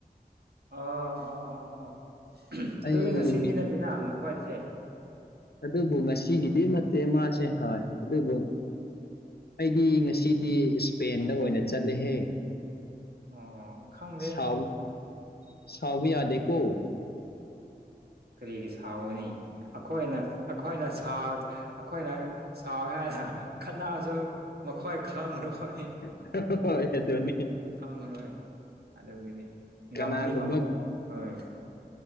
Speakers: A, on the right; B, on the left.
A: ꯑꯣ ꯑꯣ ꯑꯣ ꯑꯣ ꯑꯗꯨꯗꯤ
B: ꯑꯩ
A: ꯉꯁꯤꯗꯤ
B: ꯃꯤ-
A: ꯅꯠꯇꯦꯅ ꯃꯈꯣꯏꯁꯦ
B: ꯑꯗꯨꯕꯨ ꯉꯁꯤꯒꯤꯗꯤ ꯅꯠꯇꯦ ꯃꯥꯁꯦ ꯍꯣꯏ ꯑꯗꯨꯕꯨ ꯑꯩꯗꯤ ꯉꯁꯤꯗꯤ ꯏꯁꯄꯦꯟꯗ ꯑꯣꯏꯅ ꯆꯠꯂꯦꯍꯦ
A: ꯑꯣ ꯈꯪꯗꯦ
B: ꯁꯥꯎ ꯁꯥꯎꯕ ꯌꯥꯗꯦꯀꯣ
A: ꯀꯔꯤꯒꯤ ꯁꯥꯥꯎꯒꯅꯤ ꯑꯩꯈꯣꯏꯅ ꯑꯩꯈꯣꯏꯅ ꯁꯥꯎ ꯑꯩꯈꯣꯏꯅ ꯁꯥꯎꯋꯦ ꯍꯥꯏꯅ ꯈꯠꯅꯔꯁꯨ ꯃꯈꯣꯏ ꯈꯪꯂꯔꯣꯏ
B: <unintelligible> ꯍꯣꯏ ꯍꫭꯏ ꯑꯗꯨꯅꯤ
A: ꯈꯪꯉꯔꫭꯏ ꯑꯗꯨꯒꯤꯅꯤ ꯉꯝꯗꯤ
B: ꯀꯅꯥꯒꯨꯝꯕ
A: ꯉꯝꯃꫭꯏ <unintelligible>